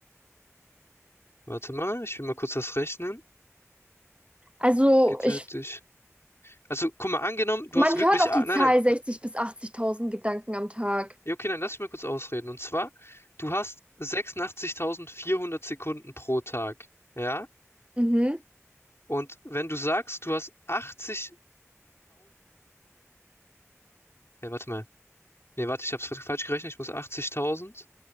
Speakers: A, on the left; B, on the right.
A: Warte mal, ich will mal kurz das rechnen.
B: Also,
A: Geteilt
B: ich,
A: durch. Also, guck mal, angenommen, du
B: man
A: hast wirklich.
B: hört auf
A: Ah,
B: die
A: nein,
B: Zahl
A: nein.
B: 60.000 bis 80.000 Gedanken am Tag.
A: Ja, okay, nein, lass mich mal kurz ausreden. Und zwar, du hast sechsundachtzigtausendvierhundert Sekunden pro Tag. Ja?
B: Mhm.
A: Und wenn du sagst, du hast achtzigtausend. Ja, warte mal. Nee, warte, ich hab's falsch gerechnet. Ich muss 80.000